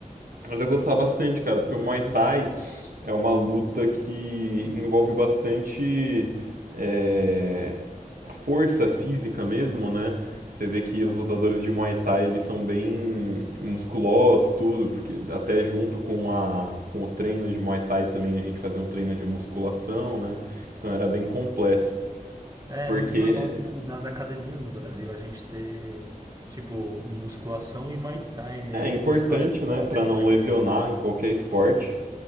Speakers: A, on the right; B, on the right.
A: Mas eu gostava bastante, cara, porque o Muay
B: Hum,
A: Thai é uma luta que envolve bastante é, força física mesmo, né? Você vê que os
B: aham.
A: lutadores de Muay Thai eles são bem musculosos, tudo, porque até junto com a com o treino de Muay Thai também a gente fazia um treino de musculação, né? Então era bem completo,
B: É,
A: porque
B: é muito normal na- nas academias do Brasil a gente ter, tipo, musculação e Muay Thai, né?
A: É
B: Ou
A: importante,
B: musculação e boxe,
A: né, Pra não
B: porque
A: lesionar em qualquer esporte.